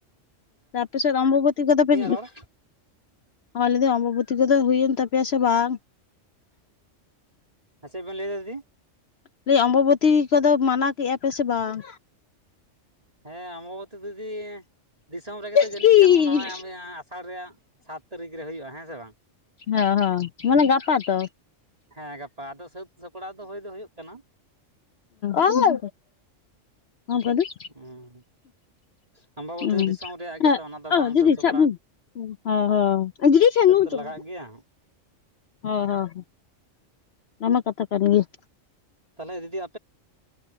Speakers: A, on the left (about 60°); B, on the right (about 30°).
A: ᱟᱯᱮ ᱥᱮᱫ ᱚᱢᱵᱚᱵᱚᱛᱤ ᱠᱚᱫᱚ ᱯᱮ
B: ᱨᱚᱲ
A: ᱦᱚ ᱞᱤᱫᱤ ᱚᱢᱵᱚᱵᱚᱛᱤ ᱠᱚᱫᱚ ᱦᱩᱭᱮᱱ ᱛᱟᱯᱮ ᱥᱮ ᱵᱟᱝ
B: ᱦ ᱪᱸᱮᱫ ᱵᱮᱱ ᱞᱟᱹᱭᱫᱟ ᱫᱤ
A: ᱞᱟᱹᱭ ᱚᱢᱵᱚᱵᱚᱛᱤ ᱠᱚᱫᱚ ᱢᱟᱱᱟᱣ ᱠᱮᱜᱼᱟ ᱯᱮ ᱥᱮ ᱵᱟᱝ
B: ᱦᱮᱸ ᱟᱢ ᱟᱵᱚᱵ ᱛᱤ ᱫᱤᱫᱤ ᱫᱤᱥᱚᱢ ᱨᱮᱜᱮ ᱛᱚ ᱡᱟᱹᱱᱤᱡ
A: ᱦᱮᱸ
B: ᱠᱷᱟᱱ ᱚᱱᱟ ᱦᱚᱸ ᱟᱥᱟᱲ ᱨᱮᱭᱟᱜ ᱥᱟᱛ ᱛᱟᱹᱨᱤᱠᱷ ᱨᱮ ᱦᱩᱭᱩᱜᱼᱟ ᱦᱮᱸ ᱥᱮ ᱵᱟᱝ
A: ᱦᱮᱸ ᱢᱟᱱᱮ ᱜᱟᱯᱟ ᱛᱚ
B: ᱦᱮᱸ ᱜᱟᱯᱟ ᱟᱫᱚ ᱥᱟᱹᱛ ᱥᱟᱯᱲᱟᱣ ᱫᱚ ᱦᱳᱭ ᱫᱚ ᱦᱩᱭᱩᱜ ᱠᱟᱱᱟ
A: ᱳᱤ ᱱᱚᱭ ᱜᱟᱹᱰᱤ <unintelligible>
B: ᱦᱩᱸ ᱟᱢᱵᱟᱵᱚᱛᱤ
A: ᱦ
B: ᱫᱤᱥᱚᱢ ᱨᱮᱭᱟᱜ
A: ᱦᱮᱸ
B: ᱜᱮᱛᱚ ᱚᱱᱟ ᱫᱚ
A: ᱚ
B: ᱵᱟᱝ
A: ᱫᱤᱫᱤ
B: ᱥᱟᱹᱛ ᱥᱟᱯᱲᱟᱣ
A: ᱪᱟᱵᱤᱱ ᱦᱚ ᱦᱚ ᱫᱤᱫᱤ ᱴᱷᱮᱱ
B: ᱥᱟᱹᱛ
A: ᱱᱩ ᱦᱪᱠᱚᱢ
B: ᱞᱟᱜᱟᱜ
A: ᱦᱮᱸ
B: ᱜᱮᱭᱟ
A: ᱦᱚᱸ ᱦᱚᱸ ᱚᱱᱟᱢᱟ ᱠᱟᱛᱷᱟ ᱠᱟᱱ ᱜᱮᱭᱟ
B: ᱛᱟᱦᱚᱞᱮ ᱫᱤᱫᱤ